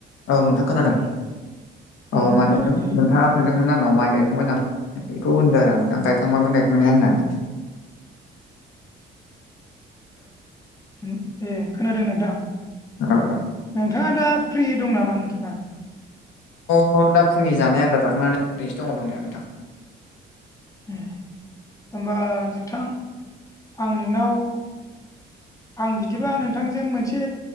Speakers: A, on the left; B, on the left.
A: औ नोंथां खोनादों
B: उम
A: औ माने
B: खोनादों दे
A: नोंथाङा सोंदोंमोन आंनाव माइ गायखांबाय नाम बेखौ होनदों आरो आं नोंथां गायखांबायमोन गायखांनाया होननानै
B: ए खोनादों नोंथां
A: ओ
B: नोंथाङा दा फ्रि दं नामा नोंथाङा
A: अ दा फुंनि जानाय आदा जाखांनानै ओैरैनोसो दङ दंनाया नोंथां
B: ए होनबा नोंथां आं नोंनाव आं बिदिब्ला नोंथांजों मोनसे